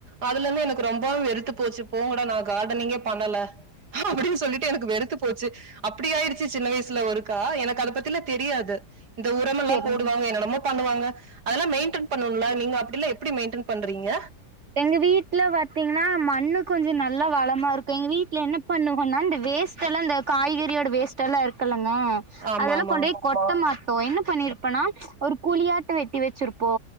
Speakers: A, on the right; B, on the right.
A: அதுலர்ந்து எனக்கு ரொம்பவு வெறுத்துப் போச்சு போங்கடா நா கார்டனிங்கே பண்ணல அப்டின்னு சொல்லிட்டு எனக்கு வெறுத்துப் போ போச்சு அப்டியாடிச்சு சின்ன வயசுல ஒருக்கா எனக்கு அத பத்திலா தெரியாது இந்த உரமெல்லா
B: சரிங்க
A: போடுவாங்க என்னனமோ பண்ணுவாங்க அதெல்லா மெயின்டென் பண்ணுல நீங்க அப்டிலா எப்டி மெயின்டென் பண்றீங்க
B: எங்க வீட்ல பாத்தீங்கன்னா மண்ணு கொஞ்ச நல்லா வளமாருக்கு எங்க வீட்ல என்னப் பண்ணுவன்னா இந்த வேஸ்ட்ல்லா இந்த காய்கறியோட வேஸ்ட்ல்லா இருக்கல்லங்க
A: ஆமாமா.
B: அதெல்லா கொண்டோய் கொட்ட மாட்டோ என்ன பண்ணிருப்போனா ஒரு குழியாட்ட வெட்டி வெச்சிருப்போ